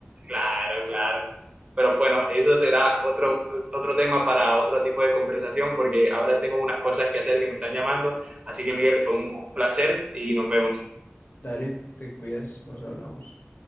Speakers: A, on the right (about 30°); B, on the left (about 60°).
A: claro, claro. Pero bueno, eso será otro, otro tema para otro tipo de conversación porque ahora tengo unas cosas que hacer que me están llamando. Así que Miguel, fue un placer y nos vemos.
B: Dale, te cuidas, nos hablamos.